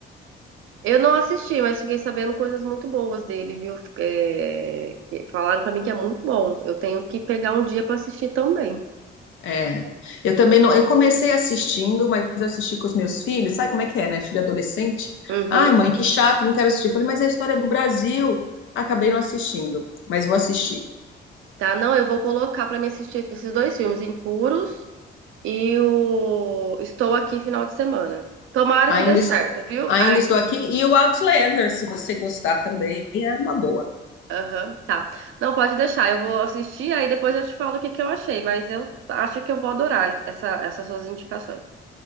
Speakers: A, on the right; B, on the left.
A: Eu não assisti, mas fiquei sabendo coisas muito boas dele, viu? É, que falaram pra mim que é muito bom. Eu tenho que pegar um dia pra assistir também.
B: É, eu também não. Eu comecei assistindo, mas eu assisti com os meus filhos. Sabe como é que é, né? Filho adolescente.
A: Uhum.
B: Ai, mãe, que chato, não quero assistir. Eu falei, mas é a história do Brasil. Acabei não assistindo, mas vou assistir.
A: Tá, não, eu vou colocar pra me assistir esses dois filmes, Impuros e o Estou Aqui Final de Semana. Tomara
B: Ainda
A: que dê certo,
B: estou,
A: viu?
B: ainda
A: Aí
B: estou aqui. E o Outlander, se você gostar também, é uma boa.
A: Aham, tá. Não, pode deixar, eu vou assistir, aí depois eu te falo o que que eu achei, mas eu acho que eu vou adorar essa, essas suas indicações.